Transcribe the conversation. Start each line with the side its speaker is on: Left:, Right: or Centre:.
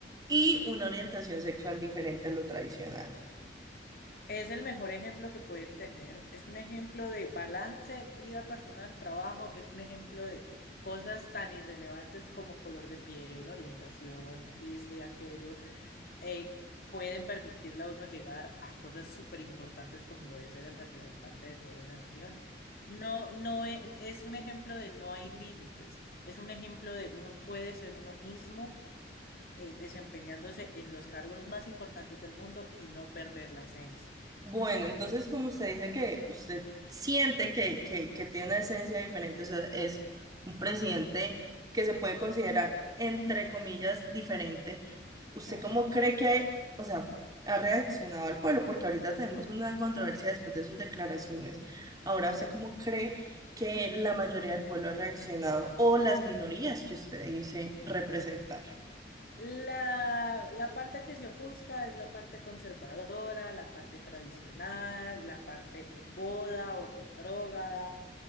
Right: y una orientación sexual diferente a lo tradicional.
Left: Es el mejor ejemplo que pueden tener. Es un ejemplo de balance, vida personal, trabajo. Es un ejemplo de cosas tan irrelevantes como color de piel, orientación y esto y aquello. eh, pueden permitirle a uno llegar a cosas súper importantes como lo es ser el representante de toda una nación. No, no e- es, un ejemplo de no hay límites. Es un ejemplo de uno puede ser uno mismo, eh, desempeñándose en los cargos más importantes del mundo y no perder la esencia.
Right: Bueno, entonces como usted dice que usted siente que, que, que tiene una esencia diferente, o sea, es un presidente que se puede considerar, entre comillas, diferente, ¿usted
Left: Claro.
Right: cómo cree que, o sea, ha reaccionado al pueblo? Porque ahorita tenemos una controversia después de sus declaraciones. Ahora, ¿usted cómo cree que la mayoría del pueblo ha reaccionado o las minorías que usted dice representar?
Left: La, la parte que se ofusca es la parte conservadora, la parte tradicional, la parte goda o retrógrada,